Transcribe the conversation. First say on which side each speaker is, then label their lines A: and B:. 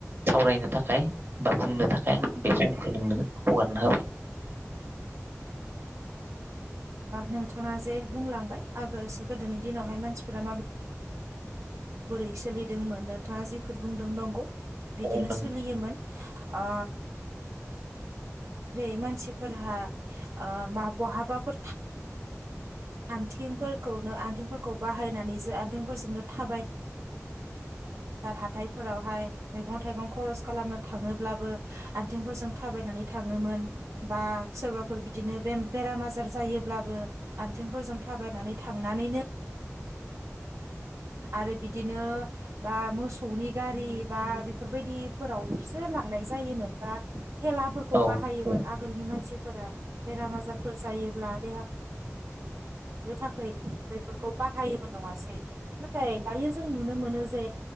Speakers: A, on the right; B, on the right.
A: सावरायनो थाखाय बा बुंनो थाखाय आं बे समखौ नोंनो हगारना होबाय
B: नोंथाङा जे बुंलांबाय आगो गोदोनि दिनावहाय मानसिफोरा माबोरै बोरै सोलिदोंमोन नोंथाङा जिफोर बुंदों नंगौ बिदिनो
A: औ नों
B: सोलियोमोन आ जेरै मानसिफोरहा म बहाबाफोर आथिंफोरखौनो आथिंफोरखौ बाहायनानै जो आथिंफोरजोंनो थाबाय ार हाथायफोरावहाय मैगं थाइगं खरस खालामनो थाङोब्लाबो आथिंफोरजों थाबायनानै थाङोमोन बा सोरबाफोर बिदिनो बे बेराम आजार जायोब्लाबो आथिंफोरजों थाबायनानै थांनानैनो आरो बिदिनो बा मोसौनि गारि बा बेफोरबायदिफोराव बिसोर लांनाय जायोमोन बा थेलाफोरखौ
A: औ
B: बाहायोमोन
A: औ
B: आगोलनि मानसि फोर बेराम आजारफोर जायोब्ला देहा नो थाख बेफोरखौ बाहायोमोन नङासै नाथाय दायो जों नुनो मोनो जे